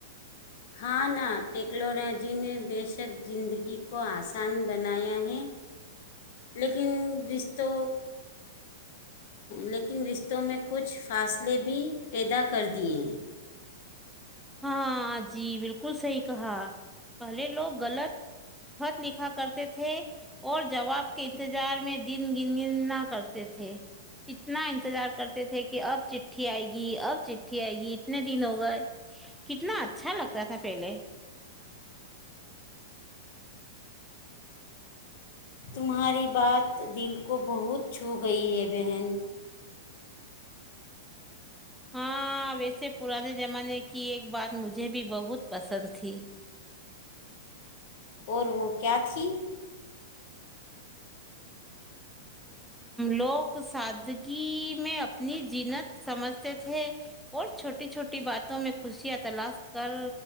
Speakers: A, on the left (about 55°); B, in the centre.
A: ہاں نہا ٹیکنالوجی نے بے شک زندگی کو آسان بنایا ہے لیکن رشتوں لیکن رشتوں میں کچھ فاصلے بھی پیدا کر دیے ہیں
B: ہاں جی بالکل صحیح کہا پہلے لوگ غلط خط لکھا کرتے تھے اور جواب کے انتظار میں دن گن گن نہ کرتے تھے اتنا انتظار کرتے تھے کہ اب چٹھی آئے گی اب چٹھی آئے گی اتنے دن ہو گئے کتنا اچھا لگتا تھا پہلے
A: تمہاری بات دل کو بہت چھو گئی ہے بہن
B: ہاں ویسے پرانے زمانے کی ایک بات مجھے بھی بہت پسند تھی
A: اور وہ کیا تھی
B: لوگ سادگی میں اپنی جینت سمجھتے تھے اور چھوٹی چھوٹی باتوں میں خوشیاں تلاش کر